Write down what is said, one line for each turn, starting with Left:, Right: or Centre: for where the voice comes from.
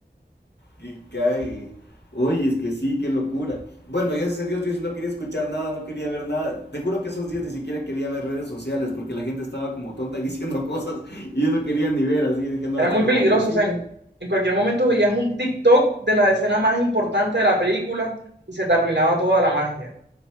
Left: ¡Qué cague! Oye, es que sí, qué locura. Bueno, gracias a Dios, yo sí no quería escuchar nada, no quería ver nada. Te juro que esos días ni siquiera quería ver redes sociales porque la gente estaba como tonta y <laughs> diciendo cosas y yo no quería
Right: sí.
Left: ni ver. Así que dije, no,
Right: Era
Left: hasta
Right: muy
Left: que
Right: peligroso.
Left: vaya al cine
Right: O sea, en, en cualquier momento veías un TikTok de la escena más importante de la película y se te arruinaba toda la magia.